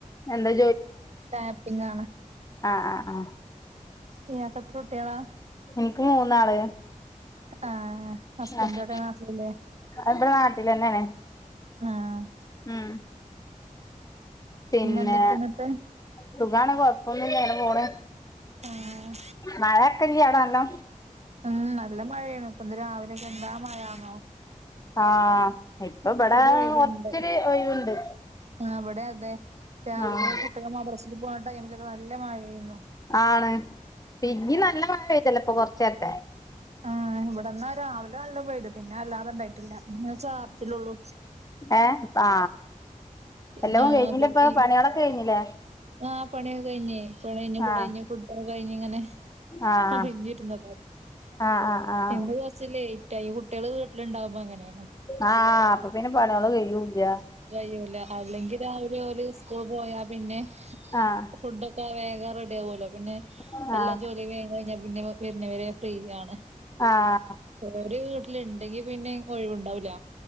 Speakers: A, on the left; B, on the right.
A: എന്താ
B: ട്ടാപ്പിങ്ങ ആണ്
A: ആഹ ആഹ ആഹ
B: ഇങ്ങക്കെത്ര കുട്ട്യേളാ
A: എനിക്ക് മൂന്നാള്
B: ആഹ് ഹസ്ബന്റേടെ
A: ആഹ്
B: നാട്ടിലില്ലേ
A: ഇവിടെ നാട്ടിൽന്നെയാണ്
B: ആഹ്
A: ഉം പിന്നെ
B: എന്തൊക്കെ എന്നിട്ട്
A: സുഖാണ് കൊഴപ്പൊന്നുല്ല ഇങ്ങനെ പോണ്
B: ആഹ്
A: മഴ ഒക്കെല്ലേ അവിടെ നല്ലോ
B: ഉം നല്ല മഴയാണ് ഇപ്പൊന്ന് രാവിലൊക്കെ എന്താ മഴയാന്നോ
A: ആഹ ഇപ്പൊ ഇബടാ
B: ഒരു ഒഴിവുണ്ട്
A: കൊറച്ചൊരു ഒഴിവുണ്ട്
B: ആഹ് ഇവടെ അതെ രാവിലെ
A: ആഹ്
B: കുട്ടികൾ മദ്രസിൽ പോണ ടൈമിലൊക്കെ നല്ല മഴയായിരുന്നു
A: ആണ് പിന്നീ നല്ല മഴ പെയ്തല്ലോ ഇപ്പൊ കൊറച്ചേരത്തെ
B: ആഹ് ഇവിടെന്നാ രാവിലെ നല്ലോ പെയ്‌ത് പിന്നെ വല്ലാതെ ഇണ്ടായിട്ടില്ല പിന്നെ ചാർച്ചിലോള്ളു
A: ഏഹ ആ
B: പിന്നെ
A: എല്ലവും കഴിഞ്ഞിലെ
B: പിന്നെ
A: ഇപ്പൊ പണികളൊക്കെ കഴിഞ്ഞില്ലേ
B: ആഹ് പനിയൊക്കെ കഴിഞ് പിണി കഴിഞ്ഞു കുളി
A: ആഹ്
B: കഴിഞ്ഞ് ഫുഡ്ഡഴിക്കലൊക്കെ കഴിഞ് ഇങ്ങനെ
A: ആഹ്
B: ഒഴിഞ്ഞിരുന്നതാ
A: ആഹ് ആഹ് ആഹ്
B: ഇന്ന് കുറച്ചില്ലേറ്റായി കുട്ടികള് വീട്ടില് ഉണ്ടാവുമ്പോ അങ്ങനെയാണ്
A: ആഹ് അപ്പൊ പിന്നെ പണികൾ കയ്യൂല്ല
B: കഴൂല അല്ലെങ്കിൽ രാവിലെ ഓല് സ്കൂൾ പോയാ പിന്നെ
A: ആഹ്
B: ഫുഡ വേഗം വേഗം റെഡിയാവൂല്ലൊ പിന്നെ
A: ആഹ്
B: എല്ലാ ജോലിയും വേഗം കഴിഞ്ഞാൽ പിന്നെ വരുന്നവരെ ഫ്രീ ആണ്
A: ആഹ്
B: ഓരു വീട്ടില് ഇണ്ടെങ്കി പിന്നെ ഒഴിവുണ്ടാവില്ല